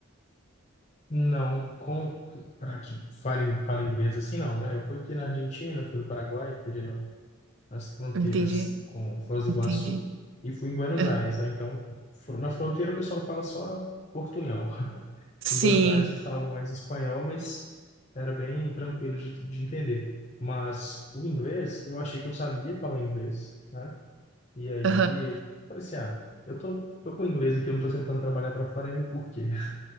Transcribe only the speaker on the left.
Não, como para que falem fala inglês assim, não, né? Eu fui aqui na Argentina, fui no Paraguai, fui ali no, nas fronteiras
com Foz do
Iguaçu e fui em Buenos
Aires, né? Então, fro- na fronteira o pessoal fala só portunhol. <laughs>
Em Buenos Aires eles falavam mais espanhol, mas era bem tranquilo de, de entender. Mas o inglês, eu achei que eu sabia falar inglês, né? E aí
eu falei assim, ah, eu tô, tô com inglês aqui, eu não tô tentando trabalhar para fora ainda, por quê?